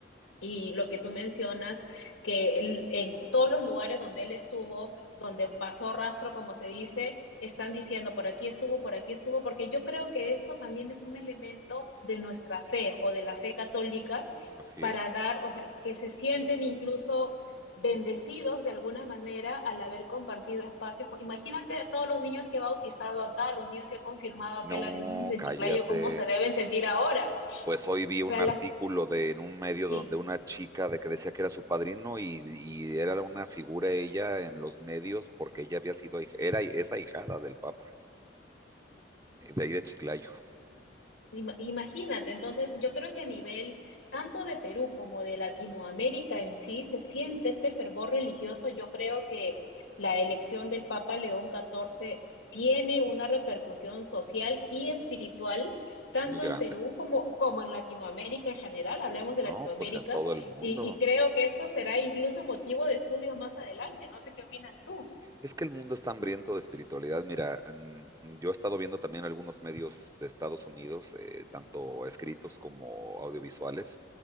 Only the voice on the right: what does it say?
así
es.
No,
cállate.
Pues hoy vi
un
artículo
de en un medio
donde una chica de que decía que era su padrino y, y era una figura ella en los medios porque ella había sido, ahij- era esa ahijada del Papa, eh, de ahí de Chiclayo,
muy grande.
No, pues en todo el mundo.
Es que el mundo está hambriento de espiritualidad. Mira, mm, yo he estado viendo también algunos medios de Estados Unidos, eh, tanto escritos como audiovisuales,